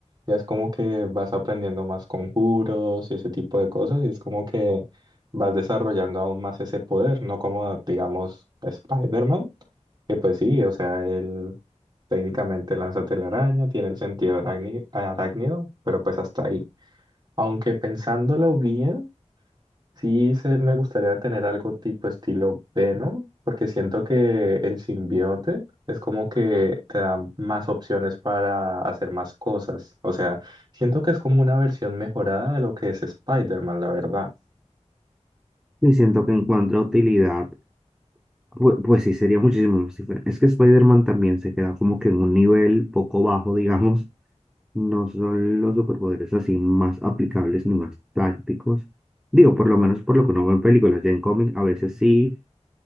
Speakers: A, on the right (about 35°); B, in the centre.
A: ya es como que vas aprendiendo más conjuros y ese tipo de cosas, y es como que vas desarrollando aún más ese poder, no como digamos Spider-Man, que pues sí, o sea, él técnicamente lanza telaraña, tiene el sentido arácni- arácnido, pero pues hasta ahí. Aunque pensándolo bien, Sí, se- me gustaría tener algo tipo estilo Venom, porque siento que el simbionte es como que te da más opciones para hacer más cosas. O sea, siento que es como una versión mejorada de lo que es Spider-Man, la verdad.
B: Y siento que encuentra utilidad. Pues, pues sí, sería muchísimo más diferente. Es que Spider-Man también se queda como que en un nivel poco bajo, digamos. No son los superpoderes así más aplicables ni más tácticos. Digo, por lo menos por lo que uno ve en películas, ya en cómics, a veces sí,